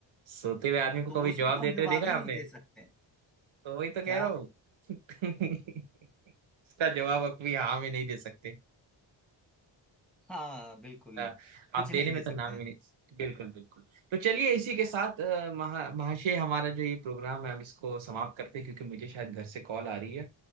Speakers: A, on the right; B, in the centre.
A: सोते हुए आदमी को
B: तो
A: कभी
B: उसमें
A: जवाब
B: तो हम
A: देते
B: जवाब
A: हुए देखा
B: ही
A: है
B: नहीं
A: आपने
B: दे सकते
A: तो वही तो
B: क्या
A: कह रहा हूँ <laughs> इसका जवाब आप भी हाँ में नहीं दे सकते
B: हाँ बिल्कुल
A: आ,
B: कुछ
A: आप
B: नहीं
A: देने
B: दे
A: में तो
B: सकते
A: ना में
B: हैं
A: नहीं बिल्कुल बिल्कुल तो चलिए इसी के साथ अ, महा महाशय हमारा जो ये प्रोग्राम है हम इसको समाप्त करते हैं क्योंकि मुझे शायद घर से कॉल आ रही है